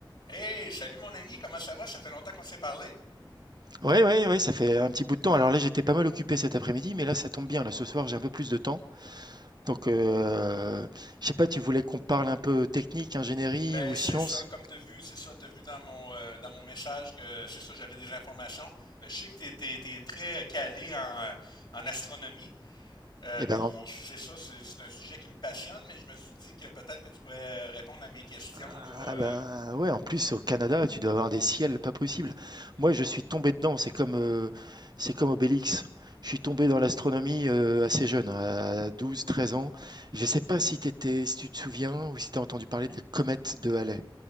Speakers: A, on the left; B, on the right.
A: Hey, salut mon ami, comment ça va? Ça fait longtemps qu'on s'est parlé?
B: Ouais, ouais, ouais, ça fait un petit bout de temps. Alors là, j'étais pas mal occupé cet après-midi, mais là, ça tombe bien. Là, ce soir, j'ai un peu plus de temps. Donc, euh, je sais pas, tu voulais qu'on parle un peu technique, ingénierie
A: Ben
B: ou
A: c'est
B: science?
A: ça, comme t'as vu, c'est ça, t'as vu dans mon euh, dans mon message que c'est ça, j'avais des informations. Euh, je sais que t'es t'es, t'es très calé en, euh, en astronomie, euh,
B: Eh ben,
A: puis c'est ça, c'est, c'est un sujet qui me passionne, mais je me suis dit que peut-être que tu pourrais répondre à mes questions
B: ah
A: là. euh.
B: ben, ouais, en plus, au Canada, tu dois avoir des ciels pas possibles. Moi, je suis tombé dedans. C'est comme, euh, c'est comme Obélix. Je suis tombé dans l'astronomie euh, assez jeune, à 12, 13 ans. Je sais pas si t'étais, si tu te souviens ou si t'as entendu parler de la comète de Halley.